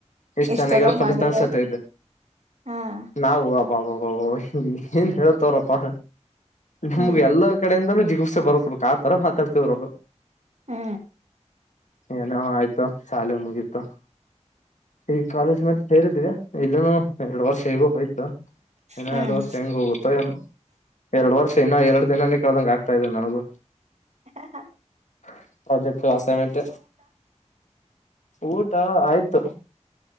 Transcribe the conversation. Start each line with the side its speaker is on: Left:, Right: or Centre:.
Left: ಎಷ್ಟು
Right: ಇಷ್ಟೆಲ್ಲ
Left: ಚೆನ್ನಾಗಿರೋ ಫಲಿಸ್ತಾನ
Right: ಮಾಡಿರ
Left: ಸ ತ.
Right: ಹಾ
Left: ನಾವು ಅ ಬಾಬಬ್ಬಬ್ಬಾ ಹೀ ಏನ್ ಹೇಳತವ್ರಪ್ಪಾ ನಮ್ಗೆ
Right: ಹ್ಮ್
Left: ಎಲ್ಲ ಕಡೆಯಿಂದಲೂ ಜಿಗುಪ್ಸೆ ಬರಸಬೇಕ್ ಆತರ ಮಾತಾಡ್ತಿದ್ರು ಅವರು
Right: ಹ್ಮ
Left: ಏನೋ ಆಯ್ತ ಶಾಲೆ ಮುಗೀತು. ಈಗ ಕಾಲೇಜ್ ಮತ್ತೆ ಸೇರಿದ್ದೀವಿ ಇದುನು ಎರಡು ವರ್ಷ ಹೇಗೂ ಹೋಯ್ತು, ಇನ್ನ
Right: ಹ್ಮ್
Left: ಎರಡು ವರ್ಷ ಹೆಂಗ ಹೋಗುತ್ತೋ ಏನು. ಎರಡು ವರ್ಷ ಇನ್ನ ಎರಡು ದಿನನ ಕಳ್ದಂಗ್ ಆಗ್ತ ಆಗ್ತಾಯಿದೆ ನನಗೂ
Right: ಹ ಹ ಹ
Left: <unintelligible> ಪ್ರೊಜೆಕ್ಟ್, ಅಸೈನ್ಮೆಂಟ್ ಊಟ ಆಯ್ತು